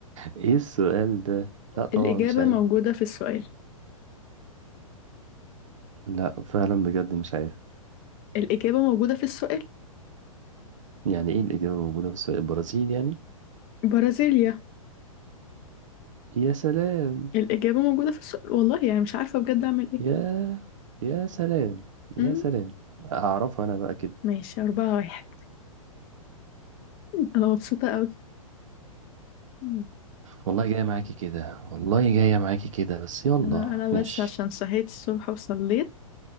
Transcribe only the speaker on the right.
ايه السؤال ده لا طبعا
مش عارف
لا فعلا بجد مش عارف
يعني ايه الإجابة موجودة في السؤال البرازيل يعني
يا سلام
يا يا سلام يا
سلام هعرفها انا بقى كده
والله جاية معاكي كده والله جاية معاكي كده بس يلا
ماشي